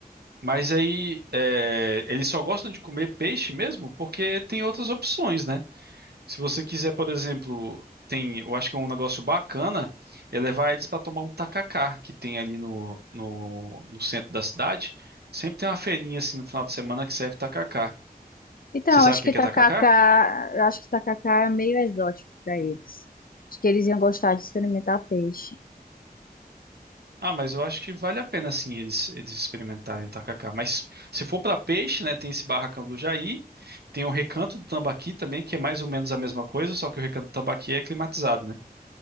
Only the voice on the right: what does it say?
Mas aí, é, eles só gostam de comer peixe mesmo porque tem outras opções, né? Se você quiser, por exemplo, tem, eu acho que é um negócio bacana é levar eles para tomar um tacacá que tem ali no, no, no centro da cidade. Sempre tem uma feirinha assim no final de semana que serve tacacá.
Você sabe
o que
que
é tacacá?
Ah, mas eu acho que vale a pena sim eles, eles experimentarem o tacacá. Mas se for para peixe, né, tem esse barracão do Jair, tem o Recanto do Tambaqui também, que é mais ou menos a mesma coisa, só que o Recanto do Tambaqui é climatizado, né?